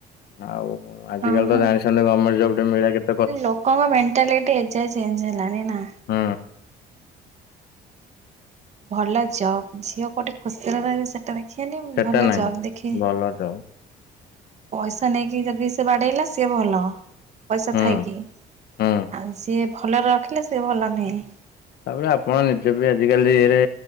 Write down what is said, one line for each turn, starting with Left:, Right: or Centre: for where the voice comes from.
Left: ଆଉ ଆଜି
Right: ଓହୋ
Left: କାଲି ତ ଜାଣିଛନ୍ତି ଗମେଣ୍ଟ ଜବ୍ ଟେ ମିଳିବା କେତ୍
Right: ଲୋକଙ୍କ ମେଣ୍ଟାଲିଟି ଏଯାଏଁ ଚେଞ୍ଜ ହେଲାଣି ନା?
Left: ହୁଁ।
Right: ଭଲ ଜବ୍ ଝିଅ କୋଉଠି ଖୁସିରେ ରହିବେ ସେଟା ଦେଖିବେନି
Left: ସେଟା
Right: ଭଲ
Left: ନାହିଁ
Right: ଜବ୍ ଦେଖିବେ।
Left: ଭଲ ଜବ୍।
Right: ପଇସା ନେଇକି ଯଦି ସେ ବାଡେଇଲା ସିଏ ଭଲ। ପଇସା
Left: ହୁଁ
Right: ଥାଇକି।
Left: ହୁଁ।
Right: ଆଉ ସିଏ ଭଲରେ ରଖିଲେ ସିଏ ଭଲ ନୁହେଁ।
Left: ତା ପରେ ଆପଣ ନିଜେ ବି ଆଜିକାଲି ଇଏରେ